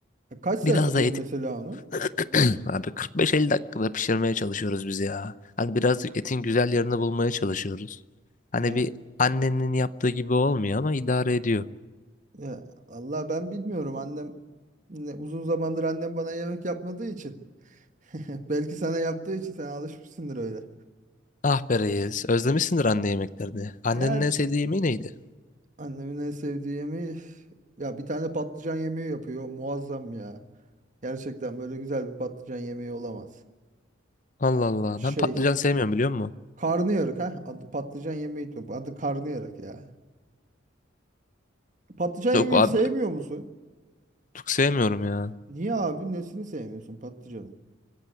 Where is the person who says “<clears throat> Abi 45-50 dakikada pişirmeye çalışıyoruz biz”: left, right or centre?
Left